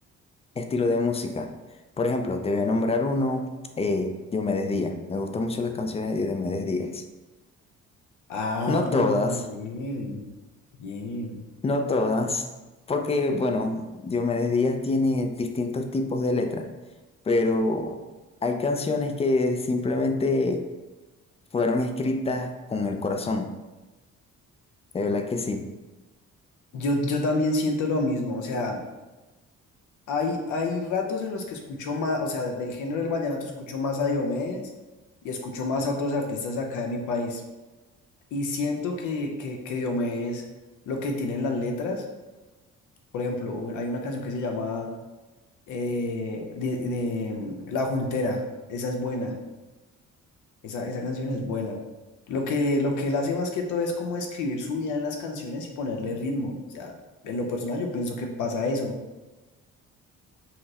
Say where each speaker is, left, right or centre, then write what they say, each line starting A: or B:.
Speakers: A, on the left; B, on the left.
A: estilo de música. Por ejemplo, te voy a nombrar uno, eh, Diomedes Díaz. Me gustan mucho las canciones de Diomedes Díaz.
B: Ah,
A: No
B: pero
A: todas.
B: bien, bien.
A: No todas, porque bueno, Diomedes Díaz tiene distintos tipos de letras, pero hay canciones que simplemente fueron escritas con el corazón, de verdad que sí.
B: Yo, yo también siento lo mismo. O sea, Hay, hay ratos en los que escucho más, o sea, del género del vallenato escucho más a Diomedes y escucho más a otros artistas acá de mi país. Y siento que, que, que Diomedes, lo que tienen las letras, por ejemplo, u- hay una canción que se llama eh, de, de, mm, La Juntera, esa es buena, esa, esa canción es buena. Lo que, lo que él hace más que todo es como escribir su vida en las canciones y ponerle ritmo. O sea, en lo personal yo pienso que pasa eso